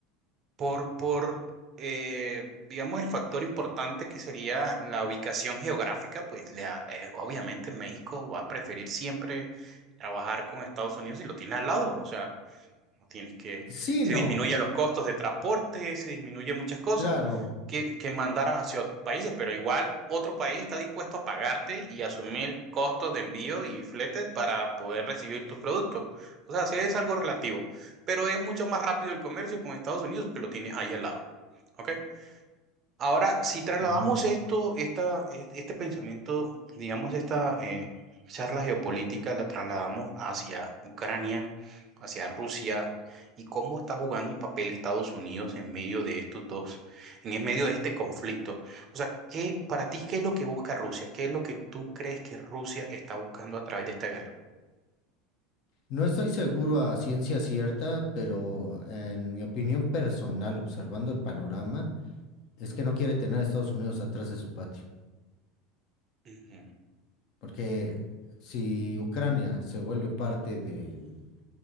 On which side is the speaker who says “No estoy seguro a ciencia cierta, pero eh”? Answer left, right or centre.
Left